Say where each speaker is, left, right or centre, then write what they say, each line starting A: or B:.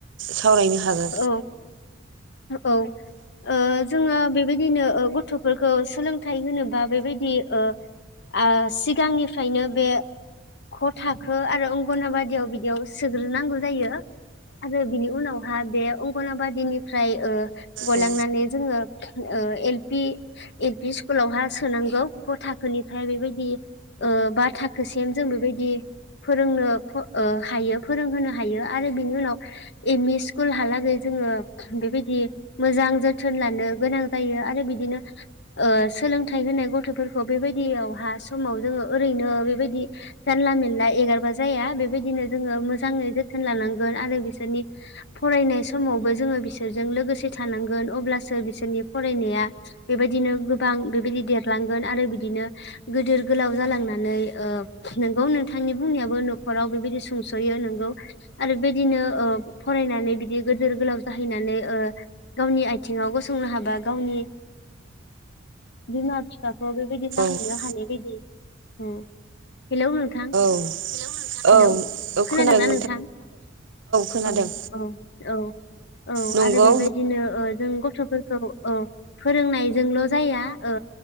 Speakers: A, on the right; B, on the left.
A: सावरायनो हागोन
B: औ औ। ओ जोङो बेबायदिनो ओ गथ'फोरखौ सोलोंथाइ होनोबा बेबायदि ओ ओ सिगांनिफ्रायनो बे ख थाखो आरो अंगनाबादियाव बिदियाव सोग्रोना नागौ जायो आरो बिनि उनाव हा बे अंगनाबादिनिफ्राय ओ गलांनानै
A: ओ
B: जोङो ओ एल पि एल पि स्कुलावहा सोनांगौ क' थाखोनिफ्राय बेबायदि ओ बा थाखोसिम जों बेबायदि फोरोंनो फ ओ हायो फोरोंहोनो हाय यो आरो बिनि उनाव एम इ स्कुलहालागै जोङो बेबायदि मोजां जो थोन लानो गोनां जायो आरो बिदिनो ओ सोलोंथाइ होनाय गथ'फोरखौ बेबायदियावहा समाव जोङो ओरैनो बेबायदि जानला मेनला एगारबा जाया। बेबायदिनो जोङो मोजाङै जोथोन लानांगोन आरो बिसोरनि फरायनाय समावबो जोङो बिसोरजों लोगोसे थानां गोन अब्लासो बिसोरनि फरायनाया बेबायदिनो गोबां बेबायदि देरलांगोन आरो बिदिनो गिदिर गोलाव जालांनानै ओ नोंगौ नोंथांनि बुंनायाबो न'खराव बेबायदि सुंस'यो नोंगौ आरो बेबायदिनो ओ फरायनानै बिदि गोदोर गोलाव जाहैनानै ओ गावनि आय थिङाव गसंनो हाबा गावनि बिमा बिफा खौ बेबायदि नायहैनो
A: नोंगौ
B: हानाय बादि औ। हेलौ नोंथां?
A: बायदि
B: हेलौ
A: औ औ
B: खोनादोंना
A: खोनादों
B: नोंथां?
A: खोनादों
B: अ। औ औ औ
A: नंगौ
B: आरो बेबायदिनो ओ जों गथ'फोरखौ औ फोरोंनायजोंल' जाया। ओ